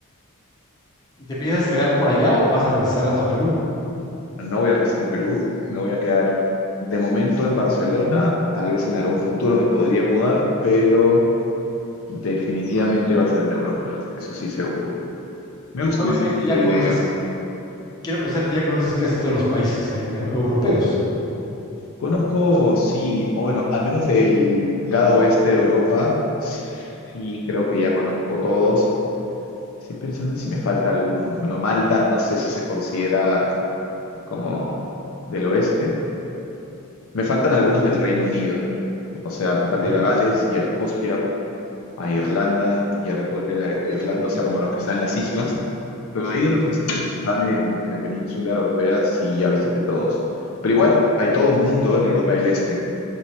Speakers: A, on the left; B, on the left.
A: ¿Y te piensas quedar por allá o vas a regresar a Perú?
B: no voy a regresar a Perú, me voy a quedar de momento en Barcelona, tal vez en algún futuro me podría mudar, pero definitivamente va a ser en Europa, eso sí seguro. Me gusta
A: Obviamente
B: más el estilo
A: ya
B: de
A: conoces,
B: vida allá.
A: quiero pensar que ya conoces casi todos los países ahí en eu- europeos.
B: Conozco, sí, o bueno, al menos del lado oeste de Europa, sí creo que ya conozco todos. Estoy pensando en si me falta alguno. Bueno, Malta no sé si se considera como
A: Ujú,
B: del oeste. Me faltan algunos del Reino Unido, O sea, me
A: Ok,
B: falta ir a Gales y a Escocia, a Irlanda y a República de Irlanda, o sea, como los que están en las islas. Pero ahí de los
A: sí,
B: que están están en, en la península europea, sí ya visité todos. Pero igual hay todo un mundo en Europa del Este.